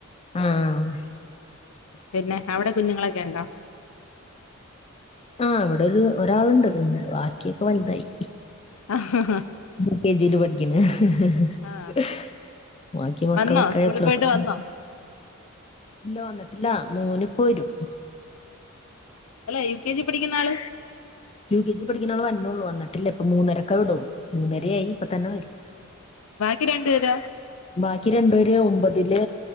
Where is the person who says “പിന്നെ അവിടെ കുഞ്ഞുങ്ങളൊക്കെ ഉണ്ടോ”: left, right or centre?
Left